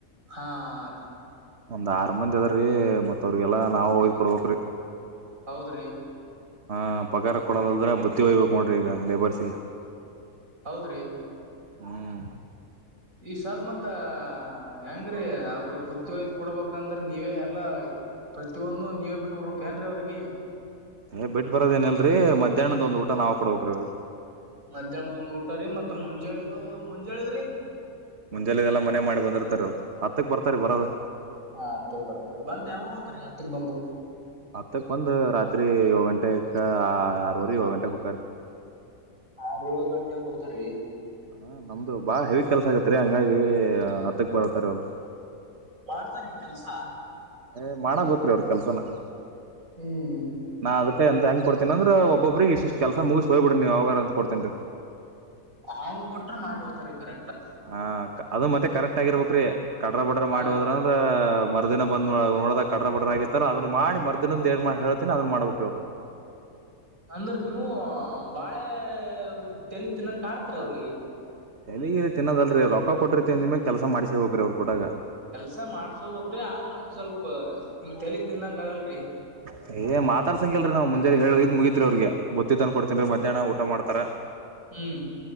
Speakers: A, on the right (about 70°); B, on the right (about 50°).
A: ಹಾ ರಿ
B: ಒಂದ್ ಆರು ಮಂದಿ ಅದಾರೀ ಮತ್ತ ಅವ್ರಿಗೆಲ್ಲಾ ನಾವ ಒಯದ್ ಕೊಡ್ಬೇಕ ರೀ
A: ಹೌದ್ರಿ
B: ಹಾ ಪಗಾರ ಕೊಡೋದದ್ರೆ ಬುತ್ತಿ ಒಯ್ಯಬೇಕು ನೋಡ್ರಿ ಈಗ ಲೇಬರ್ಸಿಗೆ
A: ಹೌದ್ರಿ
B: ಹ್ಮ್
A: ಈ ಸದ್ದ ಮತ್ ಹೆಂಗ್ರೀ ಅವ್ರು ಬುತ್ತಿ ವೈದು ಕೊಡ್ಬೇಕಂದ್ರೆ ನೀವೇ ಎಲ್ಲಾ ಪ್ರತಿಯೊಂದು ನೀವೇ ಬಿಟ್ಟ ಬರಬೇಕ ಏನ್ರಿ ಅವ್ರಿಗಿ.
B: ಏ ಬಿಟ್ಟ ಬರೋದ ಏನ ಇಲ್ರಿ ಮಧ್ಯಾಹ್ನದ ಒಂದು ಊಟಾ ನಾವು ಕೊಡ್ಬೇಕ್ರೀ ಅವ್ರಿಗೆ
A: ಮಧ್ಯಾಹ್ನದ ಒಂದ್ ಊಟಾ ರೀ ಮತ್ ಮುಂಜಾಳಿದು ಮುಂಜಾಳಿದ್ ರೀ
B: ಮುಂಜಾಲೆದೆಲ್ಲಾ ಮನೆಯಾಗ ಮಾಡಿ ಬಂದಿರ್ತಾರ ಅವ್ರು ಹತ್ತಕ್ಕೆ ಬರ್ತಾರೆ ಬರೋದ
A: ಹಾ ಹತ್ತಕ್ ಬರ್ತಾರೆ ಬಂದ ಯಾವಾಗೋತಾರಿ ಹತ್ತಕ್ ಬಂದು.
B: ಹತ್ತಕ್ ಬಂದು ರಾತ್ರಿ ಏಳು ಗಂಟೆಗೆ ಆರವರೆ ಏಳು ಗಂಟೆಗೆ ಹೋಕ್ಕಾರಿ
A: ಆರ್ ಏಳ ಗಂಟೆಗೆ ಹೋಕಾರಿ
B: ಹಾ ನಮ್ದು ಬಾಳ ಹೆವಿ ಕೆಲಸ ಆಗತ್ರಿ ಹಂಗಾಗಿ ಹತ್ತಕ್ ಬರತ್ತಾರ ಅವ್ರು
A: ಮಾಡ್ತಾರಿ ಕೆಲ್ಸಾ
B: ಏ ಮಾಡಬೇಕ್ರೀ ಅವ್ರ ಕೆಲ್ಸ ನಾ
A: ಹುಂ
B: ನಾ ಅದಕ ಎಂತ ಹೆಂಗ ಕೋಡ್ತನ ಅಂದ್ರ ಒಬ್ಬರಿಗೆ ಇಷ್ಟಿಷ್ಟು ಕೆಲಸ ಮುಗಿಸಿ ಹೋಗಿಬಿಡರೀ ನೀವ್ ಯಾವಾಗರ ಅಂತ ಕೊಡ್ತನ್ರಿ.
A: ಹಂಗ್ ಕೊಟ್ರ ಮಾಡಿ ಹೋತಾರಿ ಕರೆಕ್ಟ್
B: ಹ ಅದು ಮತ್ತೆ ಕರೆಕ್ಟ್ ಆಗಿರಬೇಕರೀ ಕಡ್ರ ಬಡ್ರ
A: ಹಾ
B: ಮಾಡಿ
A: ರೀ
B: ಹೋದ್ರ ಮರ್ದಿನ ಬಂದ್ ನೋಡದಾಗ ಕಡ್ರ ಬಡ್ರ ಆಗಿತದ್ರ ಅದನ್ನ ಮಾಡಿ ಮರದಿನದ ಏನ್ ಮಾಡ ಹೇಳತನಿ ಅದನ್ ಮಾಡ್ಬೇಕ್ರಿ ಅವ್ರು
A: ಅಂದ್ರ ನೀವು ಬಾಳೆ ತೆಲಿ ತಿನ್ನಂಗ ಕಾಣತ್ರಿ ಅವ್ರಿಗೆ.
B: ತೆಲಿಗಿಲಿ ತಿನ್ನೋದಲ್ರಿ ರೊಕ್ಕ ಕೊಟ್ಟಿರ್ತಿವ ಅಂದಮಾಲ ಕೆಲಸ ಮಾಡ್ಸೇಬೇಕು ರೀ ಅವ್ರು ಕೂಡಾಗ
A: ಸರ್ ಮಾಡ್ಸೋಬಕರೀ ಆದ್ರ ಒಂದ್ ಸ್ವಲ್ಪ ತಲಿ ತಿಂದಂಗ ಆಗಲರಿ
B: ಹ ಏ ಮಾತಾಡ್ಸಂಗ್ಯಲ್ರರಿ ನಾವು ಮುಂಜಾನೆ ಹೇಳಿಹೋಗಿಂದ್ ಮುಗಿತ್ ರಿ ಅವ್ರಿಗೆ ಬುತ್ತಿ ತಂದ ಕೊಡ್ತೀನ್ ರೀ ಮಧ್ಯಾಹ್ ಊಟಾ ಮಾಡ್ತಾರ
A: ಹುಂ